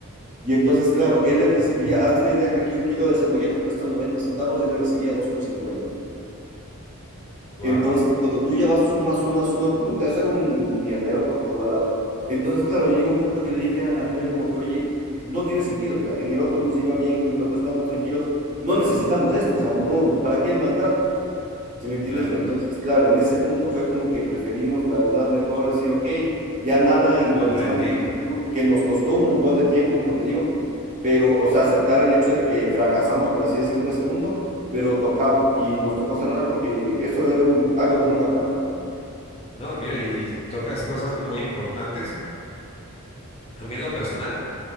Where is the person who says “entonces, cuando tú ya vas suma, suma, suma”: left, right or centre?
Right